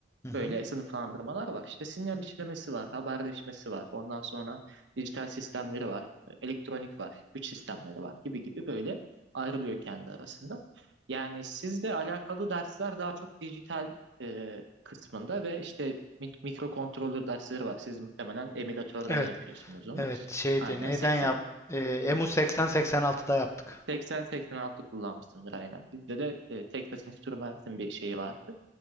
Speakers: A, on the left; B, on the right.
A: hı hı.
B: böyle sınıflandırmalar var. İşte sinyal işlemesi var, haberleşmesi var. Ondan sonra dijital sistemleri var, e, elektronik var, güç sistemleri var gibi gibi böyle ayrılıyor kendi arasında. Yani sizle alakalı dersler daha çok dijital e, kısmında ve işte mik- mikrokontroller dersleri var. Siz muhtemelen emülatörden
A: Evet.
B: yapıyorsunuz onu.
A: Evet şeydi
B: Aynen
A: neyden
B: 80
A: yap? Ee, Emu 80-86'da yaptık.
B: 80-86 kullanmışsındır aynen. Bizde de e, Texas Instruments'in bir şeyi vardı.